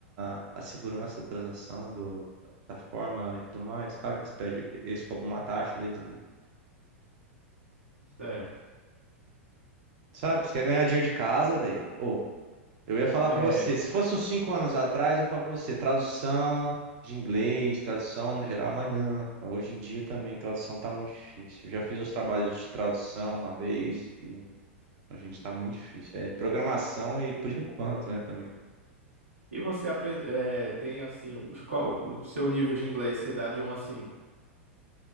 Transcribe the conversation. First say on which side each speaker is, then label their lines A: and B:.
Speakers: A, on the right; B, on the right.
A: a, a segurança da transação, do, da forma e tudo mais. Claro que eles pedem, eles cobram uma taxa deles ali.
B: Certo.
A: Sabe? Você quer ganhar dinheiro de casa, velho? Ou Eu ia falar
B: É.
A: pra você, se fosse uns cinco anos atrás, eu ia falar pra você, tradução de inglês, tradução no geral, mas não. Hoje em dia também, tradução tá muito difícil. Eu já fiz uns trabalhos de tradução uma vez e hoje em dia tá muito difícil. É programação e por <laughs> enquanto, né, também.
B: E você aprende, é, tem assim, os- qual o seu nível de inglês? Você dá de um a 5?